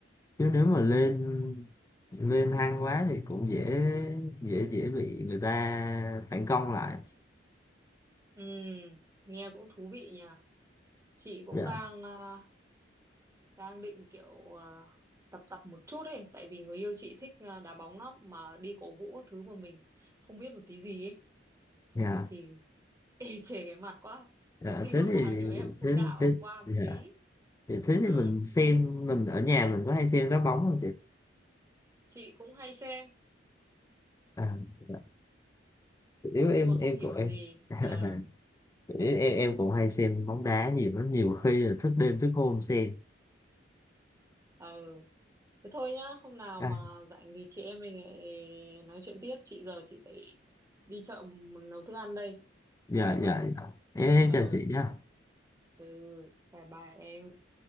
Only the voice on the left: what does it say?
chứ nếu mà lên lên hăng quá thì cũng dễ dễ dễ bị người ta phản công lại
dạ
dạ
dạ
thế
thì
thế
thế
dạ
thì thế
thì mình xem mình ở nhà mình có hay xem đá bóng không chị
à, dạ. nếu em
em
của em
<laughs>
em em cũng hay xem bóng đá nhiều lắm nhiều khi là thức đêm thức hôm xem
à,
dạ
dạ dạ em em
chào chị nhá